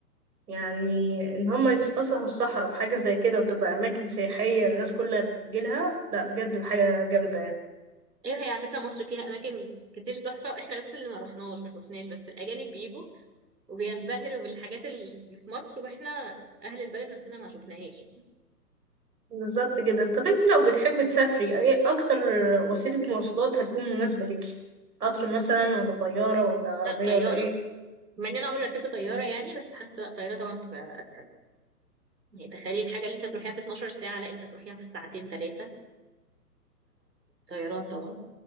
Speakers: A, on the right; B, on the right.
A: يعني ان هم يستصلحوا الصحراء في حاجة زي كده وتبقى اماكن سياحية الناس كلها بتجيلها لا بجد حاجة جامدة يعني
B: ايوه هي على فكره مصر فيها اماكن كتير تحفه احنا بس اللي ما رحناش ما شفناش بس الاجانب بيجوا وبينبهروا بالحاجات اللي في مصر واحنا اهل البلد نفسنا ما شفناهاش
A: بالظبط جدا طب انتي لو بتحبي تسافري ايه اكتر وسيلة مواصلات هتكون مناسبة ليكي قطر مثلا ولا طيارة ولا عربية
B: لا طياره
A: ولا ايه
B: مع ان انا عمري ما ركبت طياره يعني بس حاسه لا طياره طبعا تبقى اسهل يعني تخيلي الحاجه اللي انت هتروحيها في 12 ساعه لا انت هتروحيها في ساعتين ثلاثه طيران طبعا